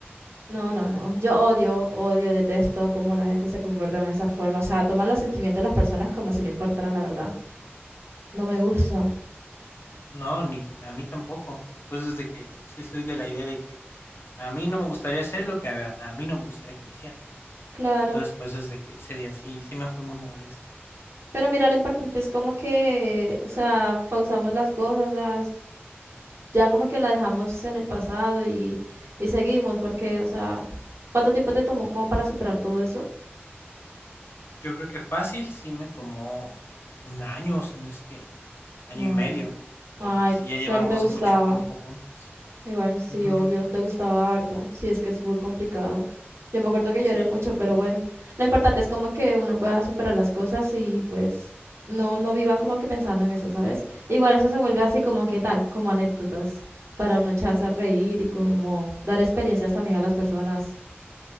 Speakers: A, on the right; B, on the left.
A: no, no, no, yo odio, odio, detesto cómo la gente se comporta de esa forma, o sea, toman los sentimientos de las personas como si no importaran, la verdad, no me gusta,
B: No, ni a mí tampoco. Pues desde que sí soy de la idea de que a mí no me gustaría hacer lo que a, a mí no me gustaría que me hicieran.
A: claro.
B: Entonces, pues desde que ese día sí, sí me fue muy molesto.
A: Pero mira, lo importante es como que, o sea, pausamos las cosas, o sea, ya como que la dejamos en el pasado y, y seguimos, porque, o sea, ¿cuánto tiempo te tomó como para superar todo eso?
B: Yo creo que fácil sí me tomó un año, si no es que
A: Claro.
B: año y medio, porque
A: Ay,
B: sí
A: o
B: ya
A: sea
B: llevamos
A: que te gustaba.
B: mucho tiempo juntos.
A: Igual sí,
B: Ujú,
A: obvio, te gustaba harto. Sí, es que es muy complicado. Yo me acuerdo que
B: sí.
A: lloré mucho, pero bueno, lo importante es como que uno pueda superar las cosas y pues no, no viva como que pensando en eso, ¿sabes? Igual eso se vuelve así como que tal, como anécdotas para uno echarse a reír y como dar experiencias también a las personas.